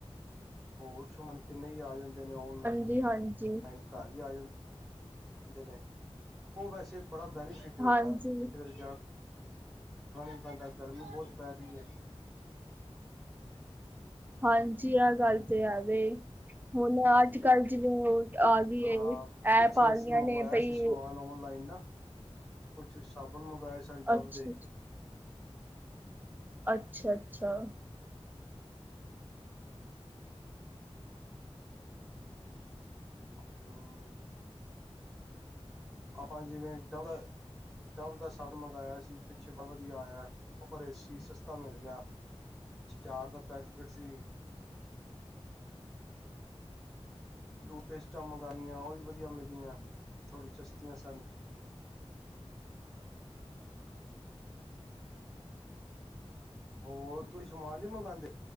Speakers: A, in the centre; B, on the right.
A: ਹੋਰ ਸ਼ਮਨ ਕਿੰਨੇ ਹੀ ਆ ਜਾਂਦੇ ਨੇ ੳਨਲਾਈਨ।
B: ਜੀ ਹਾਂਜੀ।
A: ਨਹੀ ਘਰ ਹੀ ਆ ਜਾਂ। ਆਂਦੇ ਉਹ ਵੈਸੇ ਬੜਾ ਬੈਨੀਫਿਟ ਏ ਉਹਦਾ
B: ਹਾਂਜੀ
A: ਦਾ ਕਿਧਰੇ ਜਾ ਜਾਣਾ ਨੀ ਪੈਂਦਾ ਗਰਮੀ ਬਹੁਤ ਪੈ ਰਹੀ ਏ।
B: ਹਾਂਜੀ ਇਹ ਗੱਲ ਤੇ ਹੈ ਵੇ ਹੁਨ ਆ। ਅੱਜ ਕੱਲ ਜੋ ਆ ਗਈ
A: ਹਾਂ
B: ਏ
A: ਪਿੱਛੇ
B: ਐਪ ਆ
A: ਅਸੀਂ
B: ਗਈਆਂ
A: ਮੰਗਵਾਇਆ
B: ਨੇ ਬਈ
A: ਸੀ ਸਮਾਨ ਔਨਲਾਈਨ ਨਾ ਕੁਛ ਸਾਬਨ ਮੰਗਾਏ ਸਨ ਡੱਵ
B: ਅੱਛਾ
A: ਦੇ।
B: ਅੱਛਾ ਅੱਛਾ।
A: ਹ ਆਪਾਂ ਜਿਵੇਂ ਡਵ ਡਵ ਦਾ ਸੈਟ ਮੰਗਾਏਆ ਸੀ ਪਿੱਛੇ ਬੜਾ ਵਦਿਆ ਆਏਆ ਪਰ ਇਹ ਸੀ ਸਸਤਾ ਮਿਲ ਗਿਆ। ਚ ਚਾਰ ਦਾ ਪੈਕਟ ਸੀ। ਟੂਥਪੇਸਟਾਂ ਮੰਗਾਇਆਂ ਉਹੀ ਵਦਿਆ ਮਿਲੀਆਂ ਥੋੜ੍ਹੀ ਸਸਤੀਆਂ ਸਨ। ਹੋਰ ਤੁਸੀ ਸਮਾਨ ਨੀ ਮੰਗਾਦੇ।